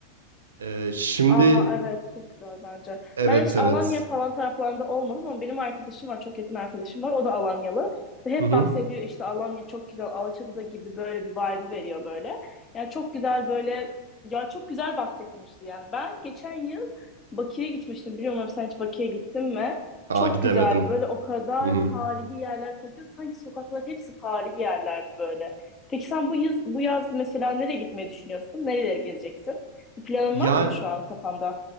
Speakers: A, on the right; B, on the left.
A: Ee, şimdi
B: Aa evet çok güzel bence.
A: evet
B: Ben hiç
A: evet.
B: Alanya falan taraflarında olmadım ama benim arkadaşım var çok yakın arkadaşım var o da Alanyalı. Ve hep
A: Hı hı.
B: bahsediyor işte Alanya çok güzel Alaçatı'da gibi böyle bir vibe'ı veriyor böyle. Yani çok güzel böyle ya çok güzel bahsetmişti yani. Ben geçen yıl Bakü'ye gitmiştim bilmiyorum sen hiç Bakü'ye gittin mi?
A: Aa
B: Çok
A: gidemedim.
B: güzeldi böyle o kadar
A: Hı hı.
B: tarihi yerler kokuyordu sanki sokaklar hepsi tarihi yerlerdi böyle. Peki sen bu yaz, bu yaz mesela nereye gitmeyi düşünüyorsun? Nereleri gezeceksin? Bir planın
A: Ya
B: var mı şu an kafanda?